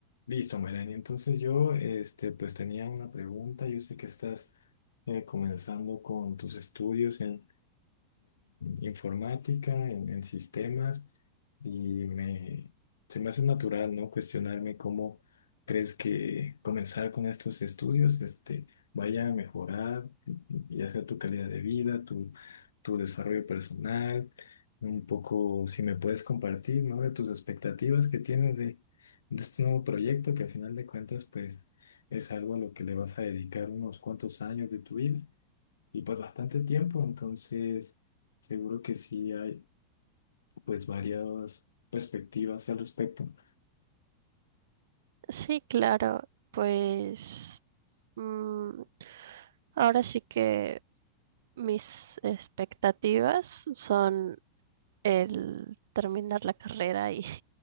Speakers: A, on the left (about 65°); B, on the right (about 60°).
A: Listo, Melanie. Entonces yo, este, pues tenía una pregunta. Yo sé que estás eh, comenzando con tus estudios en informática, en, en sistemas, y me, se me hace natural, ¿no? Cuestionarme cómo crees que comenzar con estos estudios, este, vaya a mejorar, ya sea tu calidad de vida, tu, tu desarrollo personal, un poco, si me puedes compartir, ¿no? De tus expectativas que tienes de, de este nuevo proyecto, que al final de cuentas, pues, es algo a lo que le vas a dedicar unos cuantos años de tu vida y pues bastante tiempo, entonces seguro que sí hay pues varias perspectivas al respecto.
B: Sí, claro, pues mm, ahora sí que mis expectativas son el terminar la carrera y,